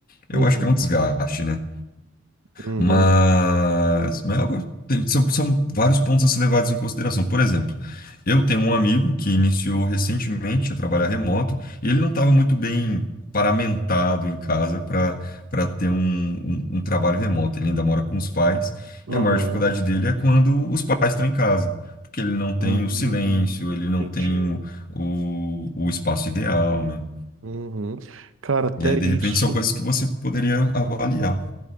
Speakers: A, on the left; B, on the right.
A: Eu
B: Uhum.
A: acho que é um desgaste, né?
B: Uhum.
A: Mas, mas é algo- tem- são, são vários pontos a ser levados em consideração. Por exemplo, eu tenho um amigo que iniciou recentemente a trabalhar remoto e ele não estava muito bem paramentado em casa para para ter um, um, um trabalho remoto. Ele ainda mora com os pais
B: Uhum.
A: e a maior dificuldade dele é quando os pais estão em casa, porque ele não tem
B: Hum,
A: o silêncio, ele não
B: entendi.
A: tem o, o, o espaço ideal, né?
B: Uhum. Cara, até
A: E aí, de
B: isso,
A: repente, são coisas que você poderia avaliar.